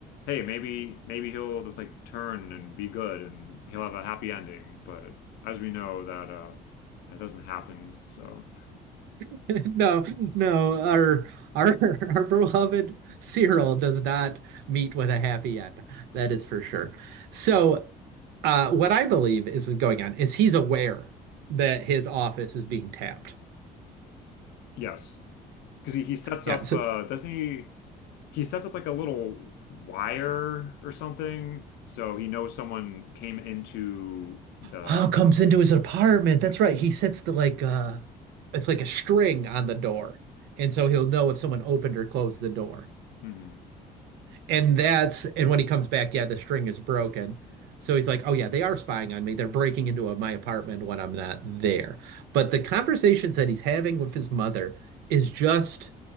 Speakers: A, on the left; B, on the right.
A: hey, maybe maybe he'll just like turn and be good and he'll have a happy ending, but as we know that uh that doesn't happen. So
B: <laughs> No, no, our our <laughs> our beloved Cyril does not meet with a happy end. That is for sure. So, uh, what I believe is going on is he's aware that his office is being tapped.
A: Yes, because he, he sets
B: Yeah,
A: up
B: so
A: uh doesn't he he sets up like a little wire or something so he knows someone came into the
B: Oh, comes into his apartment.
A: yeah
B: That's right. He sets the like uh it's like a string on the door. And so he'll know if someone opened or closed the door.
A: hmm
B: And that's and when he comes back, yeah, the string is broken. So he's like, "Oh yeah, they are spying on me. They're breaking into a, my apartment when I'm not there." But the conversations that he's having with his mother is just